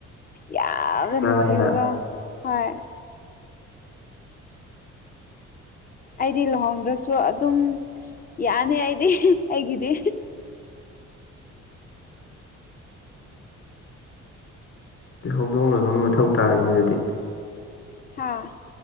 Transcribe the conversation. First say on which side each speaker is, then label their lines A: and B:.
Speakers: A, on the left; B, on the left.
A: ꯌꯥꯝꯒ
B: ꯏꯆꯥꯅꯦꯅ
A: ꯅꯨꯡꯁꯤꯕꯗꯣ ꯍꯣꯏ ꯑꯩꯗꯤ ꯂꯨꯍꯣꯡꯗ꯭ꯔꯁꯨ ꯑꯗꯨꯝ ꯌꯥꯅꯤ ꯑꯩꯗꯤ ꯑꯩꯒꯤꯗꯤ
B: ꯍꯧꯗꯣꯡ ꯂꯣꯏꯕ ꯑꯃ ꯃꯊꯧ ꯇꯥꯏꯅꯦ ꯑꯗꯨꯗꯤ
A: ꯍꯥꯥ